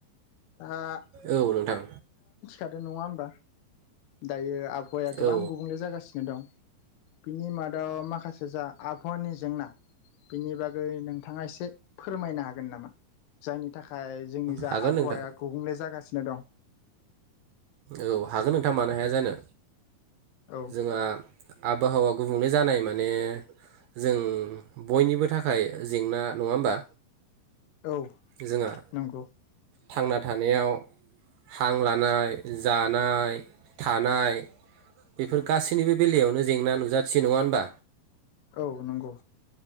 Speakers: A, on the left (about 85°); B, on the right (about 75°).
A: आ
B: औ नोंथां
A: आरो नङा होमबा दायो आबहावाया गोबां
B: औ
A: गुबुंले जागासिनो दं बिनि मादाव माखासे जा आबहावानि जेंना बिनि बा गै नोंथाङा एसे फोरमायनो हागोन नामा जायनि थाखाय जोंनि जा
B: हागोन
A: आबहावाया
B: नोंथां
A: गुबुंले जागासि नो दं।
B: औ हागोन नोंथाङ मानो हाया जानो
A: औ
B: जोंहा आबहावा गुबुंले जानाय माने जों बयनिबो थाखाय जेंना नंङा होमबा
A: औ
B: जोंहा
A: नंगौ
B: थांना थानायाव हां लानाय जानाय थानाय बेफोर गासैनिबो बेलायावनो जेंना नुजाथियो नंङा होनबा
A: औ नंगौ